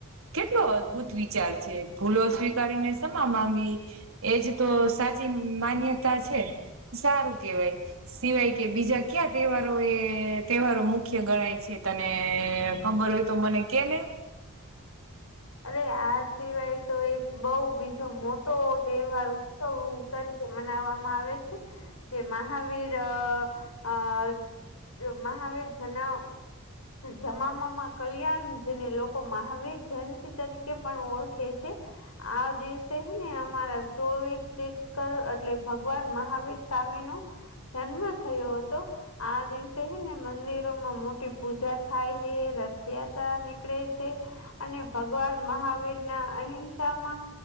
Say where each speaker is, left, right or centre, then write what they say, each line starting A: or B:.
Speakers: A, on the right; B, on the left.
A: કેટલો અદભુત વિચાર છે ભૂલો સ્વીકારીને સમા માંગી એજ તો સાચી માન્યતા છે સારું કેહેવાય સિવાય કે બીજા ક્યા તહેવારો એ તહેવારો મુખ્ય ગણાય છે તને અબર હોય તો મને કે ને
B: અરે આ સિવાય તો એક બઉ બીજો મોટો તહેવાર ઉત્સવ તરીકે મનાવવામાં આવે છે જે મહાવીર આ મહાવીર જના જમામાં કલ્યાણ જેને લોકો મહાવીર જન તરીકે પણ ઓળખે છે આ દિવસેને હેને અમારા ચોવીસ કર એટલે ભગવાન મહાવીર સ્વામી નો જન્મ થયો હતો. આ દિવસે હે ને મંદિરોમાં મોટી પૂજા થાય હ રથયાત્રા નીકળે છે. અને ભગવાન મહાવીર ના અહિંસામાં